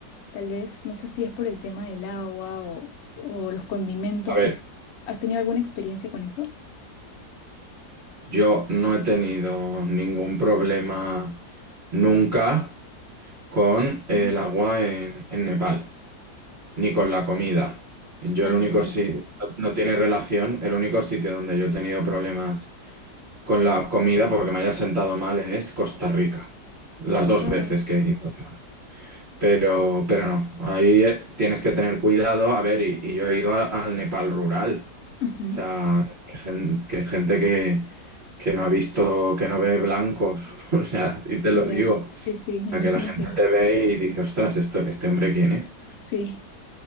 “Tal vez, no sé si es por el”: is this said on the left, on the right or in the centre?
Left